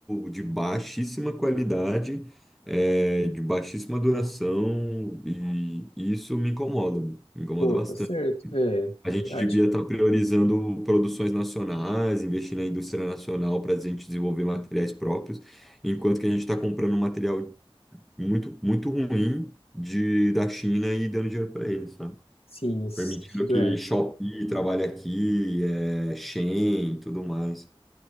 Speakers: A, in the centre; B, on the left.
A: de baixíssima qualidade, é, de baixíssima duração, e isso me incomoda, me incomoda
B: Pô,
A: bastante.
B: tá certo. É,
A: A gente
B: verdade.
A: devia estar priorizando produções nacionais, investir na indústria nacional para a gente desenvolver materiais próprios, enquanto que a gente está comprando material muito, muito ruim de, da China e dando dinheiro para eles, sabe?
B: Sim, nesse
A: Permitindo
B: sentido
A: que
B: é.
A: Shopee trabalhe aqui, é, Shein e tudo mais.